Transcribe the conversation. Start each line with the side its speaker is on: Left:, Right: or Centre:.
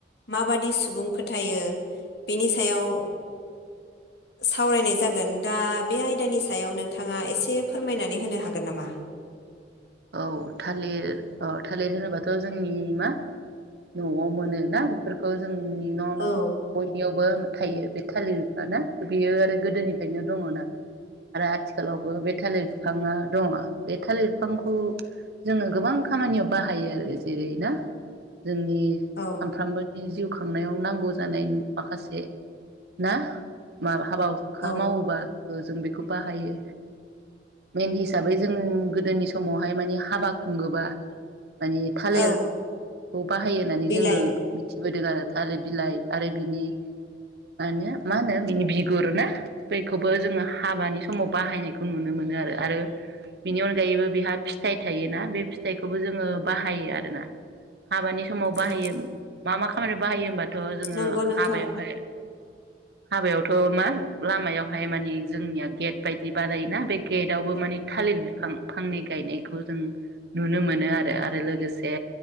Left: माबादि सुबुं फोथायो बिनि सायाव सावरायनाय जागोन दा बे आयदानि सायाव नोंथाङा एसे फोरमायनानै होनो हागोन नामा?
Right: औ थालिर अ थालिर होनोबाथ जोंनि मा नआव मोनो ना बेफोरखौ जों जोंनि न न
Left: औ
Right: बयनियावबो थायो बे थालिर बिफां ना बेयो आरो गोदोनिफ्रायनो दंङ ना आरो आथिखालावबो बे थालिर बिफाङा दंङ बे थालिर बिफां खौ जोंङो गोबां खामानियाव बाहायो आरो जेरै ना जोंनि
Left: औ
Right: सामफ्रामबो नि जिउ खांनायाव नांगौ जानाय माखासे ना माबा हाबा हुखा
Left: औ
Right: मावोबा ओ जों बेखौ बाहायो मेन हिसाबै जों गोदोनि सम समावहाय माने हाबा खुंङोबा माने थालेर
Left: औ
Right: खौ बाहायो होननानै
Left: बिलाइ
Right: जोंङो मिथिबोदों आरो थालेर बिलाइ आरो बिनि माने मा होनो बिनि बिगुर ना बेखौबो जोंङो हाबानि समाव बाहायनायखौ नुनो मोनो आरो आरो बिनि अनगायैबो बेहा फिथाइ थायोना बे फिथाइखौबो जोंङो बाहायो आरोना हाबानि समाव बाहायो
Left: औ
Right: मा मा खामानि बाहायो होमबा थ जोंङो
Left: नंगौ नोंथां
Right: हाबायावहाय हाबायावथ मा लामायावहाय माने जोंनिया गेट बायदि बानायोना बे गेटआवबो माने थालिर बिफां फांनै गायनायखौ जों नुनो मोनो आरो आरो लोगोसे